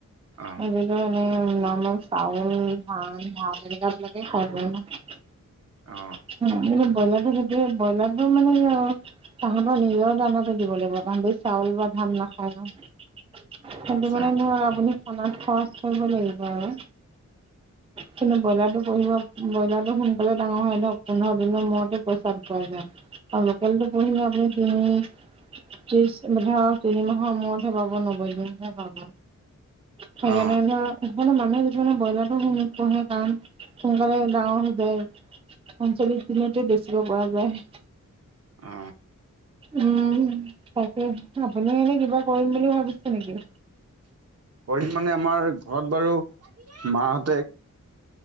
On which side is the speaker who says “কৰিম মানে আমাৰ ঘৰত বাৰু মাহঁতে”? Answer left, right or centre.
Right